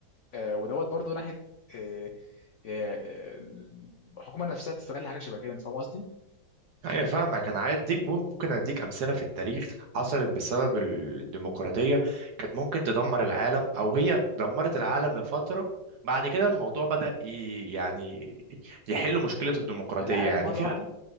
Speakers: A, on the left (about 85°); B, on the right (about 60°).
A: آه ودوت برضو ناحيه آه آه آه، الحكومه نفسها تستغل حاجه شبه كده انت فاهم قصدي
B: ايوه فاهمك انا عايز اديك بو- ممكن اديك امثله في التاريخ حصلت بسبب الديمقراطيه كانت ممكن تدمر العالم او هي دمرت العالم لفتره بعد كده الموضوع بدأ ي- يعني يحل مشكله الديمقراطيه
A: العالم
B: يعني
A: مره
B: في
A: واحده